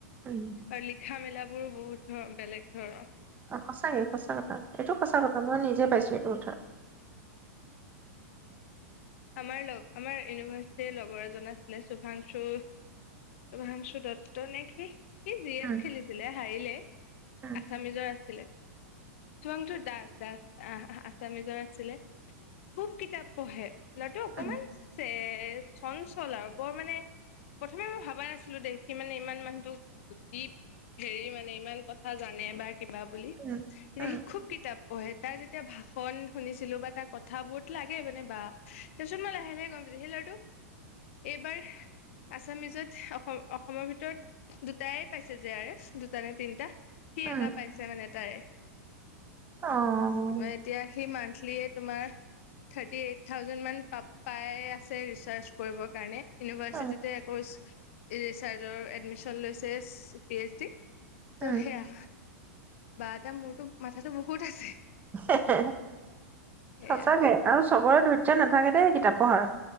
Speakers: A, on the right; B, on the left.
A: উম,
B: আৰু লিখা মেলা বোৰো বহুত ধৰ বেলেগ ধৰৰ
A: অ, সঁচাকে সঁচা কথা এইটো সঁচা কথা মই নিজে পাইছো এইটো কথা
B: আমাৰ লগ আমাৰ ইউনিভাৰ্চিটিৰ লগৰ এজন আছিলে শুভাংশু, শুভাংশু দত্ত নে কি। সি জি এছ
A: উম,
B: খেলিছিলে হাৰিলে,
A: উম,
B: আছামিজৰ আছিলে। <unintelligible> দাস দাস আহ আছামিজৰ আছিলে, খুব কিতাপ পঢ়ে। ল'ৰাটো অকমান
A: উম,
B: ছে এ চঞ্চল আৰু বৰ মানে, প্ৰথমে মই ভবা নাছিলো দে সি মানে ইমান মানুহটো দীপ, হেৰি মানে ইমান কথা জানে বা কিবা বুলি,
A: উম,
B: <unintelligible>
A: উম,
B: সি খুব কিতাপ <unintelligible> তাৰ যেতিয়া ভাষণ শুনিছিলো বা তাৰ কথাবোৰত লাগে মানে বা তাৰপিছত মই লাহে লাহে গম পাইছো সেই লৰাটো। এইবাৰ, আছামিজত অসম অসমৰ ভিতৰত দুটাই পাইছে যে আই এছ, দুটা নে তিনটা। সি
A: উম,
B: এটা পাইছে মানে। তাই।
A: অ',
B: এতিয়া সিমান তোমাৰ, থাৰ্টি এইট থাউজেণ্ড মান পা পাই আছে ৰিচাৰ্জ কৰিবৰ কাৰণে। ইউনিভাৰ্চিটিতে
A: উম,
B: একৈশ ৰিচাৰ্জৰ এডমিশন লৈছে, পি এইচ ডি
A: উম,
B: টো সেয়া বা তাৰ মোৰতো, মাথাটো বহুত আছে।
A: সে সে,
B: সেয়া
A: সঁচাকে আৰু চবৰে ধৈৰ্য্য নাথাকে দেই কিতাপ পঢ়াৰ।